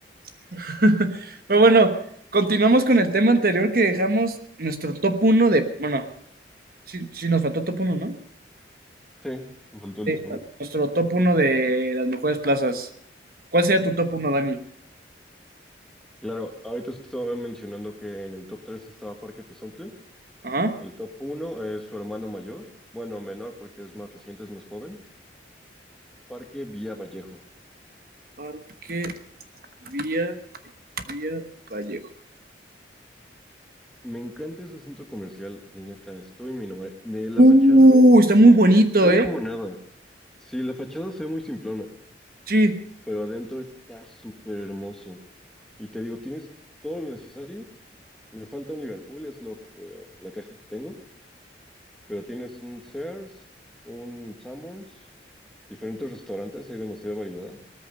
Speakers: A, on the right; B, in the centre.
A: <laughs> Pero bueno, continuamos con el tema anterior que dejamos nuestro top uno de, bueno, sí, sí nos faltó top uno ¿no?
B: Sí, me faltó el
A: Sí,
B: top uno
A: nuestro top uno de las mejores plazas. ¿Cuál sería tu top uno Dani?
B: Claro, ahorita estaba mencionando que en el top 3 estaba Parque Tezontle.
A: Ajá.
B: El top uno es su hermano mayor, bueno, menor porque es más reciente, es más joven. Parque Villa Vallejo.
A: Parque Vía, Vía Vallejo.
B: Me encanta ese centro comercial, la neta, estoy mi nombre. De la
A: Uh,
B: fachada,
A: está muy bonito,
B: se ve
A: ¿eh?
B: como nada. Sí, la fachada se ve muy simplona,
A: Sí.
B: pero adentro está súper hermoso. Y te digo, tienes todo lo necesario. Me falta un Liverpool, es lo que, la caja que tengo, pero tienes un Sears, un Sanborns, diferentes restaurantes, hay demasiada variedad.